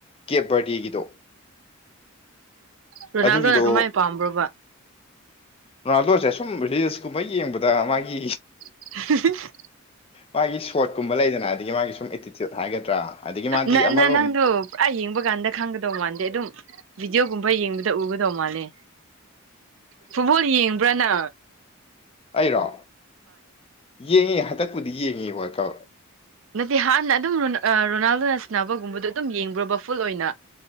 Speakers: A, on the left; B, on the right.
A: ꯀꯦꯞ ꯕꯥꯔꯗꯦꯒꯤꯗꯣ
B: ꯔꯣꯅꯥꯜꯗꯣꯅ
A: ꯑꯗꯨꯒꯤꯗꯣ
B: ꯀꯃꯥꯏꯅ ꯄꯥꯝꯕ꯭ꯔꯣꯕ
A: ꯔꯣꯅꯥꯜꯗꯣꯁꯦ ꯁꯨꯝ ꯔꯤꯜꯁꯀꯨꯝꯕ ꯌꯦꯡꯕꯗ ꯃꯥꯒꯤ
B: <unintelligible>
A: ꯃꯥꯒꯤ ꯁꯣꯠꯀꯨꯝꯕ ꯂꯩꯗꯅ ꯑꯗꯒꯤ ꯃꯥꯒꯤ ꯁꯨꯝ ꯑꯦꯇꯤꯆꯌꯨꯠ ꯍꯥꯏꯒꯗ꯭ꯔꯥ ꯑꯗꯒꯤ ꯃꯥꯗꯤ
B: ꯅ
A: ꯑꯃꯔꯣꯝ
B: ꯅꯅꯥꯗꯨ ꯄꯨꯔꯥ ꯌꯦꯡꯕ ꯀꯥꯟꯗ ꯈꯪꯒꯗꯧ ꯃꯥꯥꯟꯗꯦ ꯑꯗꯨꯝ ꯚꯗꯤꯑꯣꯒꯨꯝꯕ ꯌꯦꯡꯕꯗ ꯎꯒꯗꯧ ꯃꯥꯜꯂꯦ ꯐꯨꯠꯕꯣꯜ ꯌꯦꯡꯕ꯭ꯔꯥꯅ
A: ꯑꯩꯔꯣ ꯌꯦꯡꯉꯤ ꯍꯟꯗꯛꯄꯨꯗꯤ ꯌꯦꯡꯉꯤ ꯍꯣꯏ ꯀ
B: ꯅꯠꯇꯦ ꯍꯥꯟꯅ ꯑꯗꯨꯝ ꯔꯣꯅꯥꯜꯗꯣꯅ ꯁꯕꯒꯨꯝꯕꯗꯣ ꯑꯗꯨꯝ ꯌꯦꯡꯕ꯭ꯔꯣꯕ ꯐꯨꯜ ꯑꯣꯏꯅ